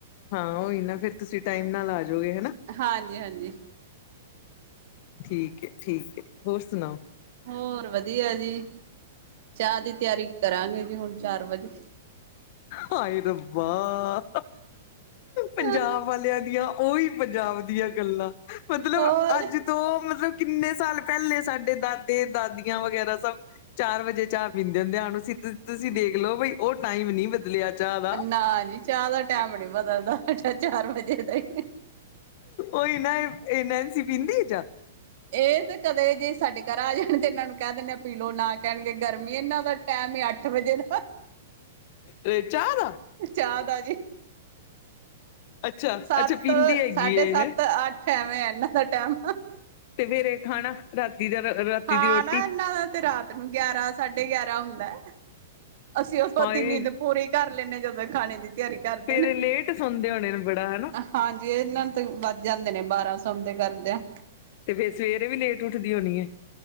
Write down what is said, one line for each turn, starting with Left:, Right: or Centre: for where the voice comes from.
Left: ਹਾਂ ਉਹੀ ਨਾ ਫਿਰ ਤੁਸੀ ਟਾਈਮ ਨਾਲ ਆ ਜਾਓਗੇ ਹਨਾ।
Right: ਹਾਂਜੀ ਹਾਂਜੀ
Left: ਠੀਕ ਏ ਠੀਕ ਏ ਹੋਰ ਸੁਣਾਓ?
Right: ਹੋਰ ਵਧੀਆ ਜੀ। ਚਾਹ ਦੀ ਤਿਆਰੀ ਕਰਾਂਗੇ ਜੀ ਹੁਣ ਚਾਰ ਵਜੇ।
Left: ਹਾਏ ਰੱਬਾ। ਪੰਜਾਬ
Right: ਹਮ
Left: ਵਾਲਿਆਂ ਦੀਆਂ ਉਹੀ ਪੰਜਾਬ ਦੀਆ ਗੱਲਾ ਮਤਲਬ
Right: ਹੋਰ
Left: ਅੱਜ ਤੋਂ ਮਤਲਬ ਕਿੰਨੇ ਸਾਲ ਪਹਿਲੇ ਸਾਡੇ ਦਾਦੇ ਦਾਦੀਆਂ ਵਗੈਰਾ ਸਭ ਚਾਰ ਵਜੇ ਚਾਹ ਪੀਂਦੇ ਹੁੰਦੇ ਹੁਣ ਤੁਸੀਂ ਦੇਖ ਲਓ ਬਈ ਉਹ ਟਾਈਮ ਨੀ ਬਦ ਲਿਆ ਚਾਹ ਦਾ
Right: ਨਾ ਜੀ ਚਾਹ ਦਾ ਟੈਮ ਨੀ ਬਦਲਦਾ ਹੈਗਾ ਚਾਰ ਵਜੇ ਦਾ ਈ।
Left: ਓਹੀ ਨਾ ਇਹ ਨੈਨਸੀ ਪੀਂਦੀ ਏ ਚਾਹ?
Right: ਇਹ ਤੇ ਕਦੇ ਜੇ ਸਾਡੇ ਘਰ ਆ ਜਾਣ ਤੇ ਇਹਨਾਂ ਨੂੰ ਕਹਿ ਦਿੰਨੇ ਆ ਪੀਲੋ ਨਾ ਕਹਿਣਗੇ ਗਰਮੀ ਇਹਨਾਂ ਦਾ ਟੈਮ ਐ ਅੱਠ ਵਜੇ ਦਾ।
Left: ਏ ਚਾਹ ਦਾ
Right: ਚਾਹ ਦਾ ਆ ਜੀ
Left: ਅੱਛਾ
Right: ਸੱਤ,
Left: ਅੱਛਾ ਪੀਂਦੀ ਹੈਗੀ
Right: ਸਾਢੇ
Left: ਇਹ
Right: ਸੱਤ,
Left: ਹੈ
Right: ਅੱ ਠ ਐਵੇਂ ਆ ਐਨਾ ਦਾ ਟੈਮ।
Left: ਤੇ ਫੇਰ ਏ ਖਾਣਾ ਰਾਤੀ ਦਾ ਰਾਤੀ
Right: ਖਾਣਾ
Left: ਦੀ ਰੋਟੀ
Right: ਏਨਾ ਦਾ ਤੇ ਰਾਤ ਨੂੰ ਗਿਆਰਾ, ਸਾਢੇ ਗਿਆਰਾ ਹੁੰਦੈ। ਅਸੀ ਓਦੋਂ ਤੋ
Left: ਹਾਏ
Right: ਅੱਧੀ ਨੀਦ ਪੂਰੀ ਕਰ ਲੈਨੇ ਆ ਜਦੋ ਏ ਖਾਣੇ ਦੀ ਤਿਆਰੀ ਕਰਦੇ
Left: ਫੇਰ ਏ ਲੇਟ ਸੌਦੇਂ ਹੋਣੇ ਨੇ ਬੜਾ ਹਨਾ।
Right: ਹਾਜੀ ਏਨਾ ਨੂੰ ਤੇ ਵੱਜ ਜਾਦੇ ਨੇ ਬਾਰਾਂ ਸੋਂਦੇ ਕਰਦਿਆ।
Left: ਤੇ ਫਿਰ ਸਵੇਰੇ ਵੀ ਲੇਟ ਉੱਠਦੀ ਹੋਣੀ ਏ।